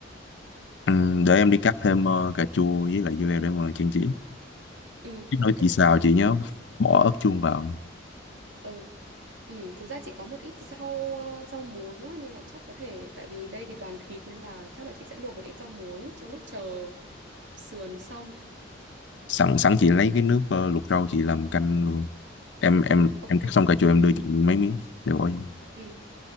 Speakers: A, on the left; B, on the right.
A: Ừm, để em đi cắt thêm ờ, cà chua với lại dưa leo để mà trang trí
B: Ừ,
A: Cái
B: ok.
A: nồi chị xào chị nhớ bỏ ớt chuông vào
B: Ừ, ừ, thực ra chị có một ít rau ờ, rau muống á, nên là chắc có thể tại vì đây thì toàn thịt nên là chắc là chị sẽ luộc một ít rau muống trong lúc chờ sườn xong.
A: sẵn sẵn chị lấy cái nước ờ, luộc rau chị làm canh luôn em em
B: Ừ, ok.
A: em cắt xong cà chua em
B: Ừ,
A: đưa chị mấy miếng để bỏ vô.
B: ừ,